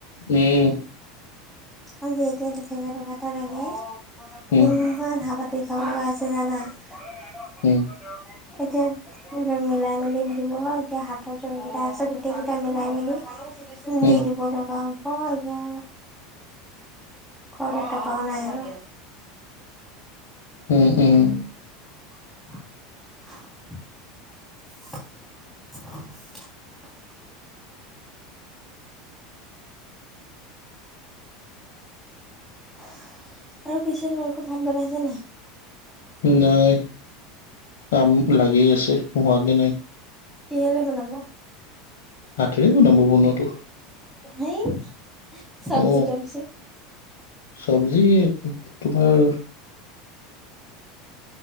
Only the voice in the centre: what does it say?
আজি এতিয়া দু হেজাৰ টকা এটা লাগে,
কিমান হা কি খাব লগা হৈছে জানা? <unintelligible>
এতিয়া মিলাই মেলি দিব এতিয়া, হাতত যোনকেইটা আছে গোটেই কেইটা মিলাই মেলি।
দি দিব লগা হব। হয় দিয়া ঘৰত এটকাও নাই আৰু।
<unintelligible> <unintelligible> আৰু পিছে তোমালোকৰ ভাত বনাইছে নাই?
কিহেৰে বনাব?
সেই চব্জি
তব্জি।